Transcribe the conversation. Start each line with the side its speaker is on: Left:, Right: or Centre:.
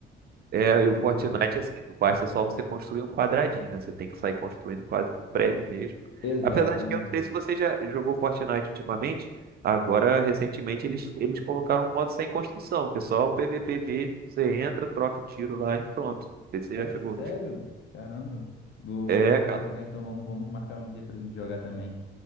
Right: É, e o
Left: e...
Right: Fortnite,
Left: e <laughs>
Right: assim, não basta só você construir um quadradinho, né? Você tem que sair construindo quase que um prédio mesmo.
Left: Exatamente.
Right: Apesar de que eu não sei se você já jogou Fortnite ultimamente, agora, recentemente, eles, eles colocaram um modo sem construção, que é só o PVP mesmo, você entra, troca o tiro lá e pronto. Você
Left: Ah,
Right: já chegou.
Left: sério? Caramba. Vou,
Right: É,
Left: vou tentar jogar, então vamos, vamos marcar um dia pra gente jogar também.